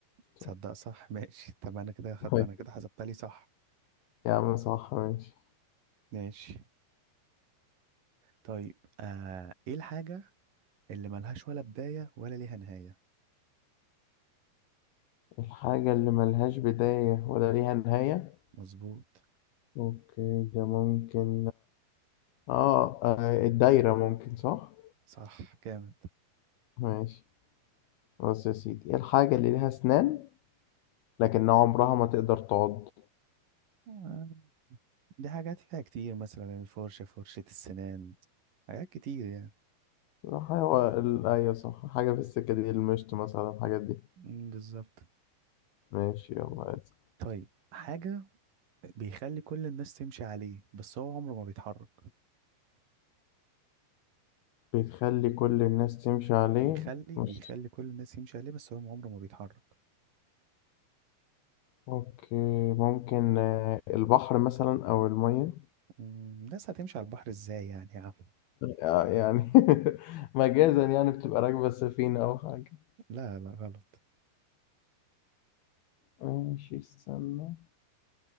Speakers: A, on the left (about 75°); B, on the right (about 50°).
A: صح
B: تصدق صح ماشي طب انا كده خدت
A: أيوة.
B: انا كده حسبتها لي صح
A: يا عم صح ماشي
B: ماشي طيب آه ايه الحاجة اللي ملهاش ولا بداية ولا ليها نهاية
A: الحاجة اللي ملهاش بداية ولا ليها نهاية
B: مظبوط
A: اوكي ده ممكن اه آه، الدايرة ممكن صح
B: صح جامد
A: ماشي بص يا سيدي إيه الحاجة اللي ليها أسنان لكن عمرها ما تقدر تعض
B: آه، دي حاجات فيها كتير مثلا الفرشة فرشة السنان حاجات كتير يعني
A: حيوة ال- أيوة صح حاجة في السكة دي المشط مثلا الحاجات دي
B: مم، بالظبط
A: ماشي يلا اسأل
B: طيب حاجة بيخلي كل الناس تمشي عليه بس هو عمره ما بيتحرك
A: بتخلي كل الناس تمشي عليه
B: بيخلي
A: مش
B: بيخلي كل الناس يمشي عليه بس هو عمره ما بيتحرك
A: أوكي ممكن آه، البحر مثلا أو المية
B: مم، الناس هتمشي على البحر ازاي يعني يا عم
A: آه، يعني <laughs> مجازا يعني بتبقى راكبة سفينة أو حاجة
B: لا لا غلط
A: ماشي استنى